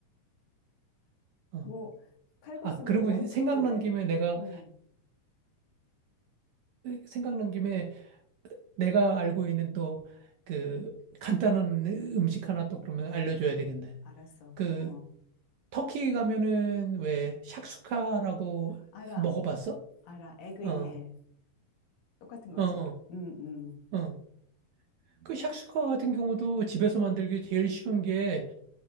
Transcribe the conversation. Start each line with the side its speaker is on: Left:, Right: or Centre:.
Right: 어.
Left: 뭐, 칼국수도
Right: 아, 그리고
Left: 원푸드네.
Right: 생각난 김에 내가,
Left: 음,
Right: 생각난 김에 내가 알고 있는 또 그 간단한 음식 하나 또 그러면 알려줘야 되겠네.
Left: 알았어.
Right: 그
Left: 어,
Right: 터키 가면은 왜 샥슈카라고
Left: 알아,
Right: 먹어봤어?
Left: 알아. 에그
Right: 어,
Left: 인 헬. 똑같은 거지.
Right: 어, 어.
Left: 음, 음.
Right: 어. 그 샥슈카 같은 경우도 집에서 만들기 제일 쉬운 게,